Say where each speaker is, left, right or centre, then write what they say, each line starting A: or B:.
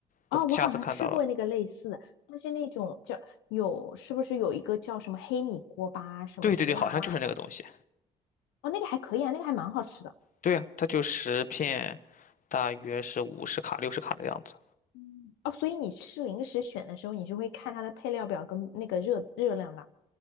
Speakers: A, on the left; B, on the left.
A: 哦，
B: 我下次看到了，
A: 我好像吃过那个类似的，它是那种叫有，是不是有一个叫什么黑米锅巴，什么什么辣辣的？
B: 对对对，好像就是那个东西。
A: 哦，那个还可以啊，那个还蛮好吃的。
B: 对呀，它就十片，大约是五十卡、六十卡的样子。
A: 嗯，哦，所以你吃零食选的时候，你是会看它的配料表跟那个热热量的。